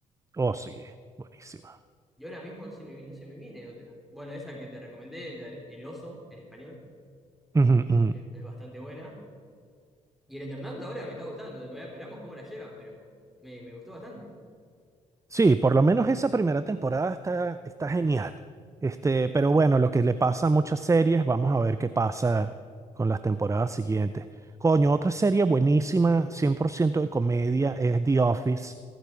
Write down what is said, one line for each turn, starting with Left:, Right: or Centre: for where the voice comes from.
Right: Oh, sí. Buenísima.
Centre: Y ahora mismo no se me, no se me viene otra. Bueno, esa que te recomendé, la de El Oso, en español,
Right: Ujú, ujú.
Centre: es, es bastante buena. Y el Eternauta ahora me está gustando, esperamos cómo la llevan, pero me, me gustó bastante.
Right: Sí, por lo menos esa primera temporada está, está genial. Este, pero bueno, lo que le pasa a muchas series, vamos a ver qué pasa con las temporadas siguientes. Coño, otra serie buenísima, 100% de comedia, es The Office.